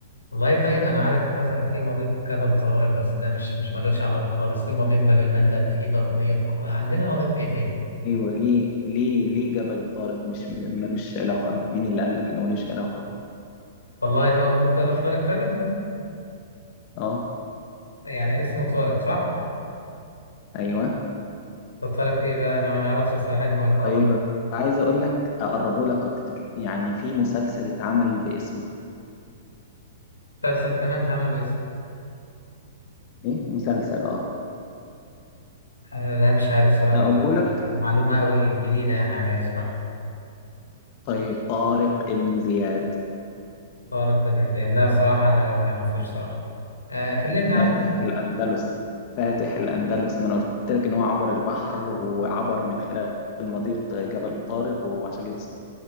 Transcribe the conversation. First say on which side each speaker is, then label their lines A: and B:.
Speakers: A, on the left (about 80°); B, on the left (about 40°).
A: والله طيب أنا عارف مثلا في مضيق كفر طارق بس ده مش مش ملوش علاقة خالص في مضيق باب المندب في مضيق عندنا مضيق إيه تاني
B: أيوه ليه ليه ليه جبل طارق مش م- ملوش علاقة مين اللي قال لك إنه ملوش علاقة
A: والله هو مضيق كفر طارق فعلا
B: أه
A: يعني اسمه طارق صح؟
B: أيوه
A: طب طارق إيه بقى أنا ما نعرفش الصراحة دي معلومة
B: طيب
A: أول
B: عايز أقول لك أقربه لك أكتر يعني في مسلسل اتعمل باسمه
A: مسلسل كمان اتعمل باسم
B: إيه مسلسل أه
A: آه لا مش عارف صراحة
B: أقوله لك
A: معلومة أول جديدة يعني عليا صراحة
B: طيب طارق ابن زياد
A: طارق بن زياد لا صراحة لا ما نعرفوش صراحة آه كلمني
B: فاتح
A: عنه
B: الأندلس فاتح الأندلس ما أنا قلت لك إن هو عبر البحر وعبر من خلال المضيق جبل الطارق وعشان كده